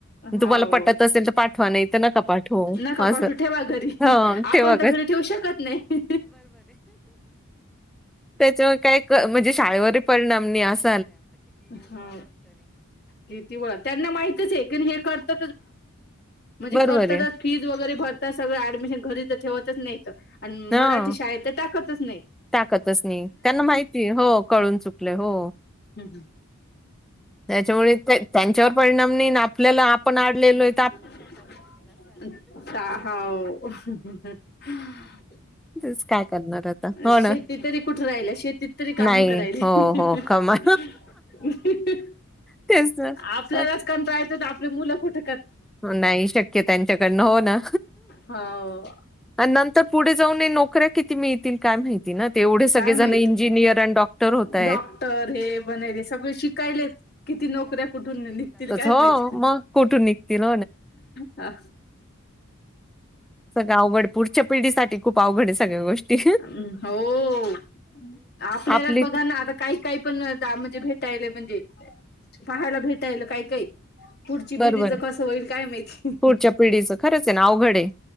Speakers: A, on the left; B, in the centre.
A: हो
B: तुम्हाला पटत असेल तर पाठवा नाही तर नका पाठवू
A: नक
B: असं.
A: पाटू ठेवा घरी
B: हं ठेवा
A: आपण, घरी ठेव शकत नाही.
B: त्याच्यावर काय म्हणजे शाळेवरही परिणाम नाही अस.
A: हा किती व त्यांना माहितच आहे की हे करत. म्हणजेत
B: बरोबर आहे.
A: फज वगरे भरत ऍडमिशन घरी ठेवतच नाहीत आणि
B: हां.
A: मराठी शाळेत तर टाकतच नाइ.
B: टाकतच नाही त्यांना माहिती आहे हो कळून चुकलंय हो.
A: हम् हम.
B: त्याच्यामुळे त्यांच्यावर परिणाम नाही ना आपल्याला आपण आडलेलोय.
A: <unintelligible>
B: <unintelligible> करणार आता. हो
A: अ शेती
B: ना.
A: तरी कुठ राहिलेय शेतीत तरी
B: नाही.
A: काम करायले
B: हो,
A: ही ही
B: हो.
A: ही
B: कमा
A: ही. ही ही
B: तेच ना.
A: आपल्यालाच
B: अ,
A: कंटाळा येतो तर आपली मुलं कुठ?
B: नाही शक्य त्यांच्याकडनं. हो ना.
A: हा ओ.
B: आणि नंतर पुढे जाऊनाय नोकऱ्या किती मिळतील काय माहिती. एवढे सगळेजण
A: काय माहित
B: इंजिनियर डॉक्टर होताहेत.
A: डॉक्टर हे बनायले सगळे शिकायलेच. किती नोकऱ्या कुठून न. निघतील काय
B: हो,
A: माहित
B: मग कुठून निघतील?
A: अ?
B: सगळ अवघड पुढच्या पिढीसाठी. खूप अवघड आहे सगळ्या गोष्टी.
A: हम होओ. आपल्यालाच
B: आपली
A: बघा ना आता काय काय. पण त्या म्हणजे भेटायला म्हणजे पाहायला भेटायला काय काई. पुढची पिढीच
B: बरोबर आहे
A: कसं होईल माहिती
B: पुढच्या पिढीचं खरंच आहे ना अवघडाय.